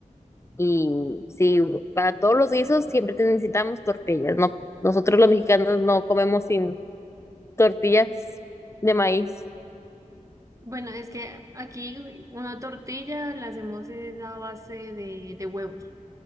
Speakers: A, on the left (about 20°); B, on the right (about 25°).
A: Y sí, para todos los guisos siempre te- necesitamos tortillas. No, nosotros los mexicanos no comemos sin tortillas de maíz.
B: Bueno, es que aquí una tortilla la hacemos es a base de, de huevos.